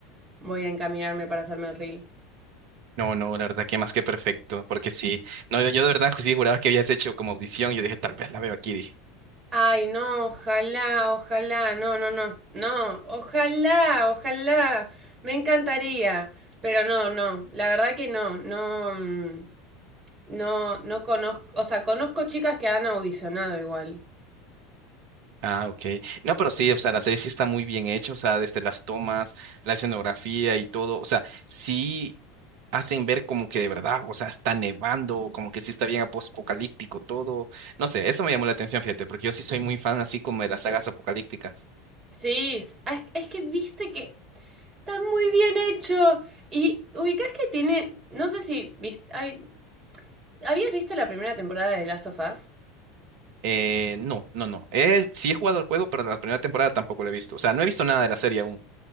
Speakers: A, on the right; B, on the right.
A: voy a encaminarme para hacerme el reel.
B: No, no, la verdad que más que perfecto, porque sí, no, yo, yo de verdad pues sí juraba que habías hecho como audición, yo dije, tal vez la veo aquí, dije.
A: Ay, no, ojalá, ojalá, no, no, no, no, ojalá, ojalá, me encantaría, pero no, no, la verdad que no, no, mm, No, no conozco, o sea, conozco chicas que han audicionado igual.
B: Ah, ok. No, pero sí, o sea, la serie sí está muy bien hecha, o sea, desde las tomas, la escenografía y todo, o sea, sí hacen ver como que de verdad, o sea, está nevando, como que sí está bien apocalíptico todo. No sé, eso me llamó la atención, fíjate, porque yo sí soy muy fan así como de las sagas apocalípticas.
A: Sí, ah, es, es- que viste que está muy bien hecho. Y ubicás que tiene, no sé si viste, ay, ¿habías visto la primera temporada de Last of Us?
B: Eh, no, no, no. Eh, sí he jugado el juego, pero la primera temporada tampoco lo he visto, o sea, no he visto nada de la serie aún.